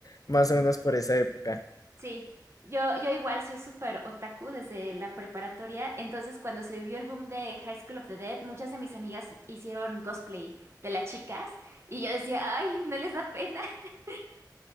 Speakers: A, on the left; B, on the right.
A: más o menos por esa época.
B: Sí, yo, yo igual soy súper otaku desde la preparatoria, entonces cuando se vio el boom de High School of the Dead, muchas de mis amigas hicieron cosplay de las chicas y yo decía, ay, no les da pena. <laughs>